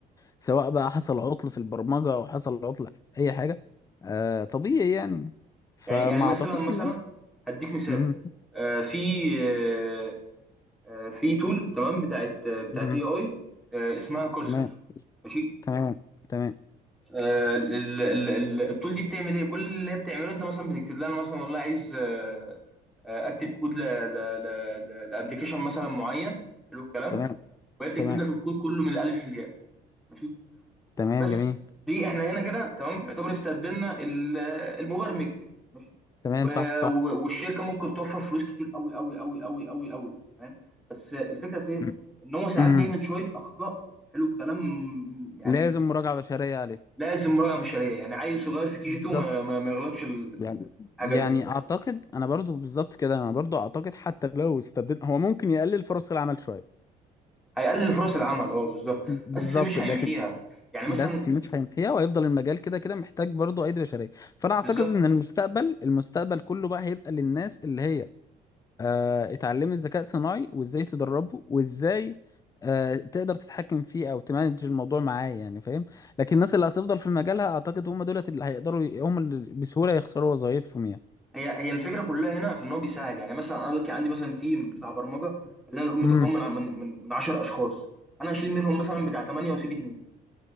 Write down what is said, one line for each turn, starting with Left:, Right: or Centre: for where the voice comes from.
Left: سواء بقى حصل عطل في البرمجة او حصل عطل في اي حاجة آه طبيعي يعني فما
Centre: يعني يعني مثلا
Left: اعتقدش
Centre: مثلا
Left: ان
Centre: هديك مثال
Left: مم،
Centre: آه، في آه، آه، في تول تمام بتاعت آه، بتاعت
Left: مم،
Centre: اي اي اسمها كورسر
Left: تمام
Centre: ماشي
Left: تمام تمام
Centre: آه، ال- ال- ال- التول دي بتعمل ايه كل اللي هي بتعمله انت مثلا بتكتب لها أنا مثلا والله عايز آه، آه، اكتب كود لابلكيشن مثلا معين حلو الكلام
Left: تمام
Centre: وهي بتكتب
Left: تمام
Centre: لك الكود كله من الالف للياء ماشي
Left: تمام
Centre: بس
Left: جميل
Centre: دي احنا هنا كده تمام يعتبر استبدلنا ال- المبرمج ماشي
Left: تمام
Centre: و-
Left: صح صح
Centre: و- والشركه ممكن توفر فلوس كتير قوي قوي قوي قوي قوي قوي فاهم بس الفكره فين
Left: مم،
Centre: ان هو ساعات
Left: مم.
Centre: بيعمل شويه اخطاء حلو الكلام يعني
Left: لازم مراجعة بشرية عليه
Centre: لازم مراجعه بشريه يعني عيل صغير في كي
Left: بالظبط
Centre: جي 2 ما, ما, ما يغلطش ال- ال-
Left: يعني
Centre: الحاجات
Left: يعني
Centre: دي فاهم
Left: اعتقد انا برضو بالظبط كده انا برضو اعتقد حتى لو استبدلنا هو ممكن يقلل فرص العمل شويه
Centre: هيقلل فرص العمل اه بالظبط
Left: بالظبط
Centre: بس مش هيمحيها
Left: لكن
Centre: يعني مثلا
Left: بس مش هيمحيها وهيفضل المجال كده كده محتاج برضو ايدي بشريه فانا اعتقد
Centre: بالظبط
Left: ان المستقبل المستقبل كله بقى هيبقى للناس اللي هي آه اتعلمت ذكاء صناعي وازاي تدربه وازاي آه تقدر تتحكم فيه او تمانج الموضوع معاه يعني فاهم لكن الناس اللي هتفضل في مجالها اعتقد هم دولت اللي هيقدروا هم اللي بسهوله يخسروا وظائفهم يعني
Centre: هي هي الفكره كلها هنا في ان هو بيساعد يعني مثلا انا دلوقتي عندي مثلا تيم بتاع برمجه خلينا نقول متكون
Left: امم
Centre: من من من من 10 اشخاص انا هشيل منهم مثلا بتاع 8 واسيب 2